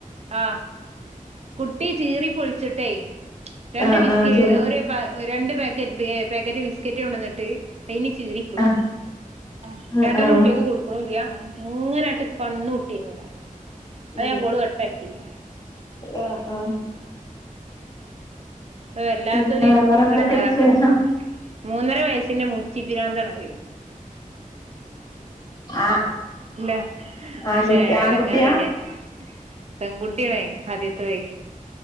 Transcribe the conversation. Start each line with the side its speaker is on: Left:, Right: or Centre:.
Right: ആ കുട്ടി ചീറി പൊളിച്ചിട്ടേ രണ്ട്
Left: ആ
Right: വിസ്ക്
Left: ആ ചെറിയ
Right: ഒര് പ രണ്ട് പാക്കറ്റ് പാക്കറ്റ് ബിസ്ക്കറ്റ് കൊണ്ട് വന്നിട്ട് അയിന് ചീറി
Left: ആ
Right: <unintelligible>
Left: ആ
Right: ഏട്ടന്റ
Left: ആ
Right: കുട്ടികക്ക് കൊടുക്കണു ല്യ ഇങ്ങനെട്ട് കന്നൂട്ടീന്നു പറയാം അതാ
Left: ഏ,
Right: ഞാൻ കോള് കട്ടാക്കിത്
Left: ആ, ആ.
Right: അത് വല്ലാത്തൊരു
Left: പിന്നെ വേറെ എന്തൊക്കെ
Right: എടങ്ങാറാക്കല്
Left: വിശേഷം
Right: മൂന്നര വയസ്സിന്റെ മൂച്ചി പിരാന്തണത്
Left: ആ
Right: ഇല്ല മനുഷൻ
Left: ആൺകുട്ടി ആൺകുട്ടിയാ
Right: ഇടങ്ങാറായില്ലേ പെൺകുട്ടികളെ ആദ്യത്തതെ